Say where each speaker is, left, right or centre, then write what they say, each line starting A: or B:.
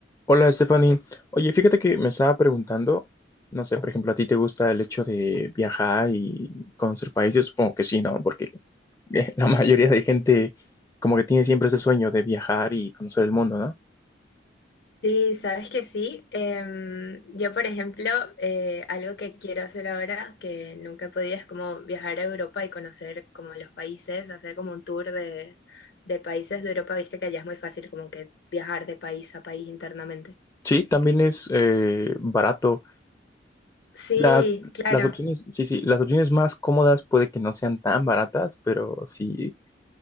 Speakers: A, on the left (about 20°); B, on the left (about 65°).
A: Hola, Stephanie. Oye, fíjate que me estaba preguntando, no sé, por ejemplo, ¿a ti te gusta el hecho de viajar y conocer países? Supongo que sí, ¿no? Porque <laughs> eh, la mayoría de gente como que tiene siempre ese sueño de viajar y conocer el mundo, ¿no?
B: Sí, sabes que sí. Em, yo, por ejemplo, eh, algo que quiero hacer ahora, que nunca he podido, es como viajar a Europa y conocer como los países, hacer como un tour de, de países de Europa. Viste que allá es muy fácil como que viajar de país a país internamente.
A: Sí, también es eh, barato.
B: Sí,
A: Las,
B: claro.
A: las opciones, sí, sí, las opciones más cómodas puede que no sean tan baratas, pero si